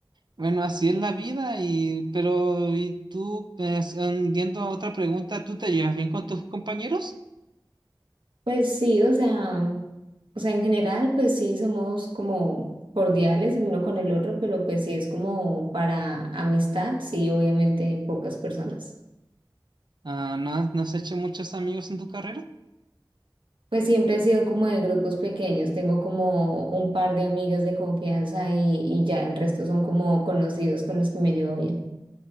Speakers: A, on the right; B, on the right.
A: bueno, así es la vida. Y pero y tú, pues, mm, yendo a otra pregunta, ¿tú te llevas bien con tus compañeros?
B: Pues sí, o sea, o sea, en general, pues sí somos como cordiales el uno con el otro, pero pues sí es como para amistad, sí, obviamente pocas personas.
A: Ah, ¿no has, no has hecho muchos amigos en tu carrera?
B: Pues siempre he sido como de grupos pequeños, tengo como un par de amigas de confianza y, y ya el resto son como conocidos con los que me llevo bien.